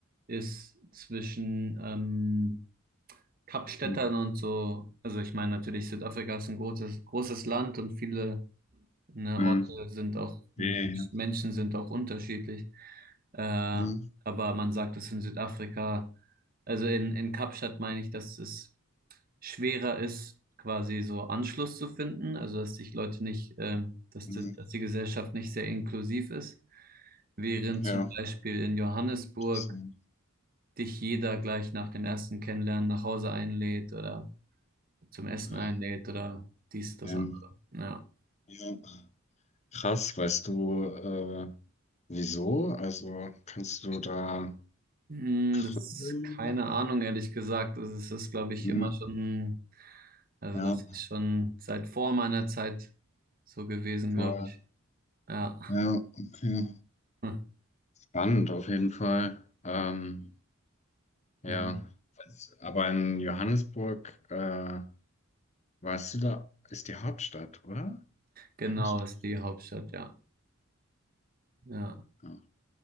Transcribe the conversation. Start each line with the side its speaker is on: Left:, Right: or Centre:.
Right: ist zwischen ähm, Kapstädtern
Left: Hm.
Right: und so. Also ich meine natürlich, Südafrika ist ein großes, großes Land und viele ne,
Left: Hm.
Right: Orte sind auch,
Left: Nee,
Right: Menschen sind auch unterschiedlich. Äh,
Left: Mhm.
Right: aber man sagt, dass in Südafrika, also in, in Kapstadt meine ich, dass es schwerer ist, quasi so Anschluss zu finden, also dass sich Leute nicht, ähm, dass,
Left: Mhm.
Right: das- dass die Gesellschaft nicht sehr inklusiv ist, während
Left: Ja,
Right: zum Beispiel in Johannesburg
Left: das, sind,
Right: dich jeder gleich nach dem ersten Kennenlernen nach Hause einlädt oder zum Essen
Left: äh,
Right: einlädt oder dies, das
Left: ähm,
Right: andere. Ja.
Left: ja. Krass, weißt du, äh, wieso? Also kannst du da
Right: Hm,
Left: Gründe?
Right: Das ist keine Ahnung, ehrlich gesagt. Das ist, glaube ich,
Left: Hm,
Right: immer schon, also
Left: ja,
Right: das ist schon seit vor meiner Zeit so gewesen,
Left: voll.
Right: glaube ich. Ja.
Left: Ja, okay.
Right: <laughs>
Left: Spannend auf jeden Fall. Ähm, ja.
Right: Ja.
Left: Was- Aber in Johannesburg, äh, warst du da, ist die Hauptstadt, oder?
Right: Genau,
Left: Johannesburg.
Right: ist die Hauptstadt, ja. Ja.
Left: Ja.